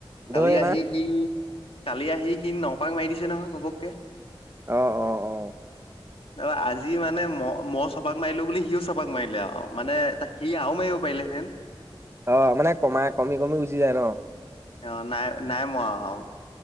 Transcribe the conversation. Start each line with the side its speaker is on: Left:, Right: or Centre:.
Right: দৌৰে
Left: কালি আহি
Right: না
Left: সি কালি, আহি সি নপাক মাৰি দিছে নহয় ঘপককে।
Right: অ অ অ
Left: ত আজি মানে ম মই চপাক মাৰিলো বুলি, সিও চপাক মাৰিলে আৰু মানে ত সি আৰু মাৰিব পাৰিলেহেন
Right: অ মানে কমাই, কমি কমি গুচি যায় ন।
Left: অ নাই নাই মোৰা আৰু